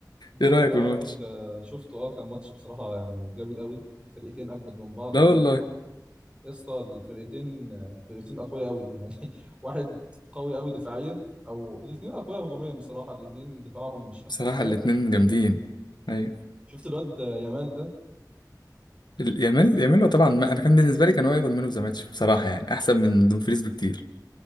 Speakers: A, on the right; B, on the left.
A: المهم
B: ايه رأيك
A: اه
B: في الماتش
A: كنت آه، شفته اه كان ماتش بصراحة يعني جامد قوي فرقتين اجمد من بعض
B: لا
A: يعني
B: والله
A: بصراحة يا اسطى الفرقتين آه، فرقتين اقوياء قوي يعني <laughs> واحد قوي قوي دفاعيا او الاثنين اقوياء هجوميا بصراحة الاثنين دفاعهم مش احسن
B: بصراحة
A: حاجة
B: الاتنين جامدين
A: مم.
B: ايوه
A: شفت الواد آه، يامال ده
B: ال- يامال يامال هو طبعا ما انا كان بالنسبة لي كان هو ياخد منه في ماتش بصراحة يعني احسن من دومفريز بكتير